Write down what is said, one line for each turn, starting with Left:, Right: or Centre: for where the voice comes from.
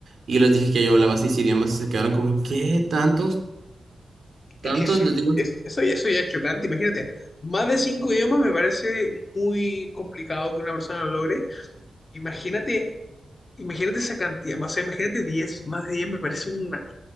Right: y les dije que yo hablaba seis idiomas y se quedaron como, ¿qué? ¿Tantos? ¿Tantos?
Left: Es que sí,
Right: Les digo,
Left: es- eso, ya- eso ya es chocante. Imagínate, más de 5 idiomas me parece muy complicado que una persona lo logre. Imagínate, imagínate esa cantidad, o sea, imagínate diez más de 10 me parece una,